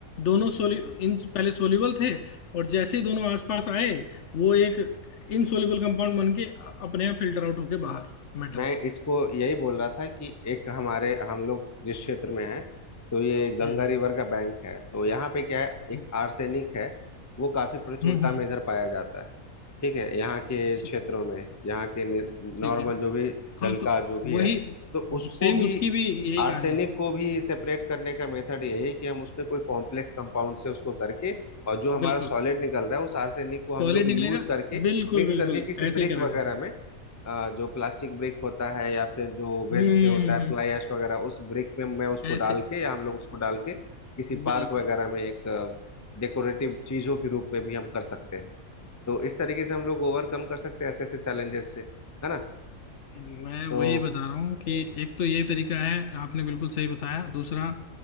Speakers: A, on the left (about 60°); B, on the left (about 25°).
A: दोनों
B: जी
A: सोलि इन पहले सोल्यूबल थे और जैसे ही दोनों आसपास आए वो एक इनसोल्यूबल कंपाउंड बन के अपने आप फिल्टर आउट होके बाहर मेटल
B: मैं इसको यही बोल रहा था कि एक हमारे हम लोग जिस क्षेत्र में है तो ये गंगा
A: हम्म
B: रिवर का बैंक है तो यहाँ पे क्या है एक
A: हम्म
B: आर्सेनिक है वो काफी प्रचुरता
A: हम्म हम्म,
B: में इधर पाया जाता है ठीक है यहाँ के
A: ठीक
B: क्षेत्रों
A: है
B: में यहाँ के नॉर्मल
A: ठीक है
B: जो भी
A: हाँ
B: जल
A: तो
B: का जो भी
A: वही
B: है तो उसको
A: सेम
B: भी
A: उसकी भी यही
B: आर्सेनिक
A: कहानी है
B: को भी सेपरेट करने का मेथड यही है कि हम उसमें कोई कॉम्प्लेक्स कंपाउंड से उसको करके और जो हमारा
A: बिल्कुल
B: सॉलिड निकल रहा है उस आर्सेनिक को
A: सॉलिड
B: हम लोग
A: निकलेगा
B: यूज करके
A: बिल्कुल
B: मिक्स
A: बिल्कुल
B: करके किसी
A: ऐसे
B: ब्रिक
A: ही करा
B: वगैरह
A: जाता है
B: में अ, जो प्लास्टिक ब्रिक होता है या फिर जो
A: हम्म
B: वेस्ट से
A: हम्म,
B: होता है
A: हम्म,
B: फ्लाई ऐश वगैरह उस ब्रिक में मैं उसको
A: ऐसे
B: डाल के या हम लोग उसको डाल के किसी पार्क
A: बिल्कुल
B: वगैरह में एक डेकोरेटिव चीजों के रूप में भी हम कर सकते हैं तो इस तरीके से हम लोग ओवरकम कर सकते हैं ऐसे ऐसे चैलेंजेस से है ना
A: मैं
B: तो
A: वही बता रहा हूँ कि एक तो ये तरीका है आपने बिल्कुल सही बताया दूसरा